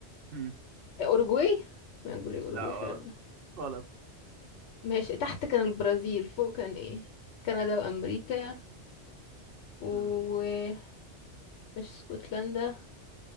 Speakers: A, on the right; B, on the left.
A: أمم.
B: أوروجواي ما أقول أوروجواي
A: لا
B: فعلا
A: غلط غلط
B: ماشي تحت كان البرازيل فوق كان إيه كندا وأمريكا ومش
A: امم
B: اسكتلندا